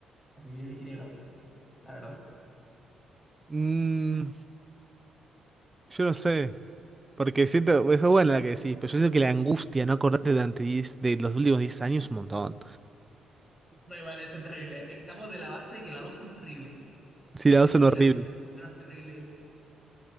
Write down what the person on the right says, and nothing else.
mm, yo no sé. Porque siento, es buena la que decís, pero yo siento que la angustia, no acordarte durante 10 de los últimos 10 años, es un montón.
Sí,
las
dos
son horribles.